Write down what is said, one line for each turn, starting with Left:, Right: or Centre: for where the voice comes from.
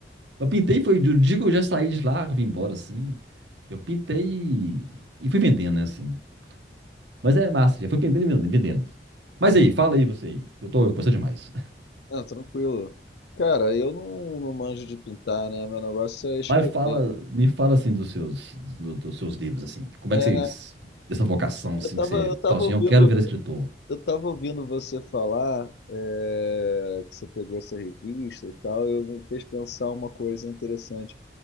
Right: Eu pintei, foi do dia que eu já saí de lá, que eu vim embora, assim. Eu pintei e, e fui vendendo, né, assim. Mas é massa, já fui pintando e vendendo. vendendo. Mas aí, fala aí você aí. Eu tô conversando demais.
Left: Não, tranquilo. Cara, eu não, não manjo de pintar, né? Meu negócio
Right: <laughs>
Left: é escrever.
Right: Mas fala, me fala assim dos seus, do- dos seus livros, assim. Como
Left: É,
Right: é que vocês. Essa vocação, assim,
Left: eu tava,
Right: que você
Left: eu tava
Right: fala assim,
Left: ouvindo
Right: eu quero virar escritor.
Left: Eu estava ouvindo você falar é, que você pegou essa revista e tal, e eu me fez pensar uma coisa interessante.